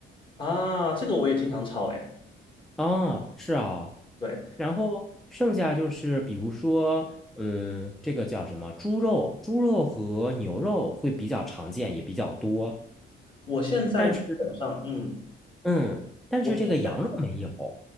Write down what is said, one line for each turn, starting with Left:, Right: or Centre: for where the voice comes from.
Left: 啊。这个我也经常炒诶。
Centre: 啊，是啊，
Left: 对，
Centre: 然后剩下就是比如说，嗯，这个叫什么猪肉，猪肉和牛肉会比较常见，也比较多，
Left: 我现在基本上，
Centre: 但是
Left: 嗯，
Centre: 嗯，但是这个羊肉没有，
Left: 我现在